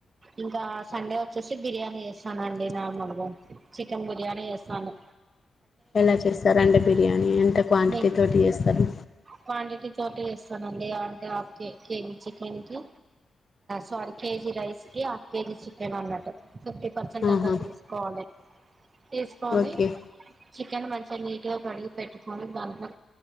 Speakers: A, on the right; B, on the left.
A: ఇంకా సండే వచ్చేసి బిర్యానీ చేస్తానుండి నార్మల్గా చికెన్ బిర్యానీ వేస్తాను
B: ఎలా చేస్తార్ రెడు బిర్యా టా క్వాంటిటీ
A: మీ
B: తోటి చేస్తారు
A: క్వాంటిటీ తోటి ఇస్తానండి అంటే హాఫ్ కే కేజీ చికెన్ కి సారీ కేజీ రైస్ కి హాఫ్ కేజీ చికెన్ అన్నట్టు. ఫిఫ్టీ పర్సెంట్
B: ఆహా
A: అన్నా తీసుకోవలీ తీసుకోానీ
B: ఓకే
A: చికెన్ మంచిగా నీట్ గా కడిగి పెట్టుకోొని దాంట్లో